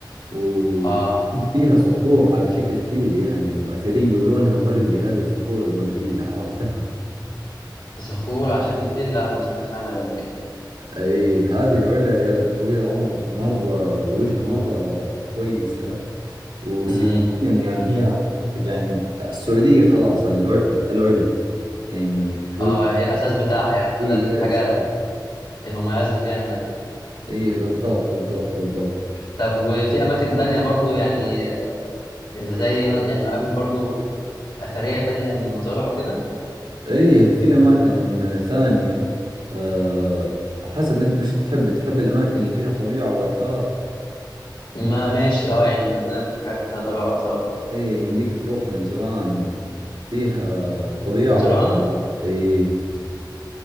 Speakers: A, on the right (about 80°); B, on the left (about 75°).
A: و
B: اه
A: فيها صخور على شكل فيل يعني وأثرية ولونها وردي هذه الصخور الوردية عرفتها؟
B: صخور على شكل فيل لا انا ما سمعتش عنها قبل كده
A: اي هذه العلا يا طويل العمر مرة وجهها مرة كويسة وسياسيا
B: امم
A: يعني هي يعني السعودية خلاص الع- العلا يعني كوجه
B: اه هي الاساس بتاعها يعني
A: اي
B: هو ده الحاجة
A: هي الأساس
B: المميزة فيها هناك
A: ايه بالضبط بالضبط بالضبط
B: طب وفي اماكن تانية برضو يعني زي ما- يعني اماكن برضو اثريه تانية نزورها وكده
A: ايه في اماكن آه، ثانية أه حسب انت وش تحب تحب الاماكن اللي فيها طبيعة واثار
B: ما ماشي اه يعني خلينا في الحاجات اللي فيها طبيعه واثار
A: ايه يمديك تروح نجران فيها طبيعة
B: نزران
A: واثار ايه